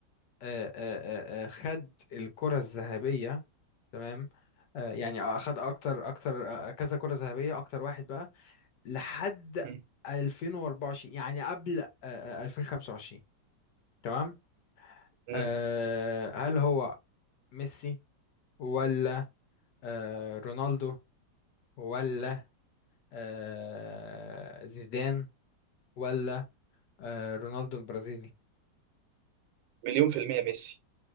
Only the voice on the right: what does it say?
مم.
مم.
مم.
مليون في المية ميسي